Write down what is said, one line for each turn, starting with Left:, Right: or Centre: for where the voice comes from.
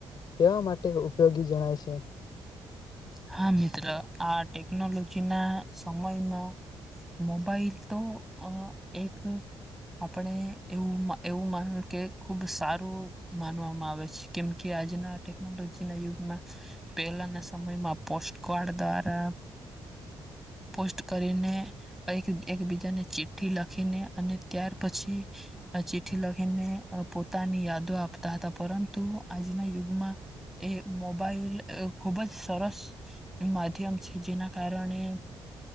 Left: કેવા માટે ઉપયોગી જણાય છે?
Centre: હા મિત્ર, આ ટેકનોલોજી ના સમયમાં મોબાઈલ તો એક આપણે એવું એવું મા કે ખુબ સારું માનવામાં આવે છે, કેમ કે આજના ટેકનોલોજી ના યુગમાં પહેલાના સમયમાં પોસ્ટ કાર્ડ દ્વારા પોસ્ટ કરીને એક એકબીજાને ચિઠ્ઠી લખીને અને ત્યાર પછી ચિઠ્ઠી લખીને પોતાની યાદો આપતા હતા, પરંતુ આજના યુગમાં એ મોબાઈલ ખુબ જ સરસ. માધ્યમ છે, જેના કારણે એમ